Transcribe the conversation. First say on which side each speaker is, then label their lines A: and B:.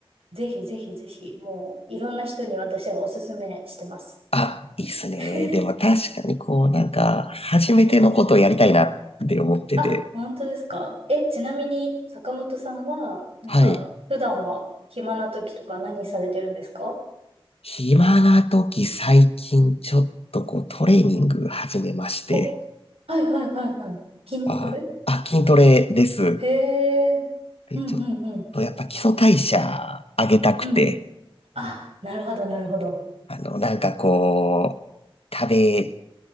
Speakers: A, on the right; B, on the left.
A: ぜひぜひぜひ、もういろんな人に私はおすすめしてます。
B: あ、いいっすね。
A: <laughs>
B: でも確かにこう、なんか、初めてのことをやりたいなって思ってて。
A: うんうん。あ、本当ですか。え、ちなみに坂本さんは、なんか、
B: はい。
A: 普段は暇な時とか何されてるんですか
B: 暇な時最近ちょっとこうトレーニング始めまして、
A: お、はいはいはいはい。筋トレ
B: あ、あ、筋トレです。
A: へえ。
B: で、
A: うんうんうん。
B: ちょっとやっぱ基礎代謝上げたくて、
A: うん。あ、なるほどなるほど。
B: あの、なんかこう、食べ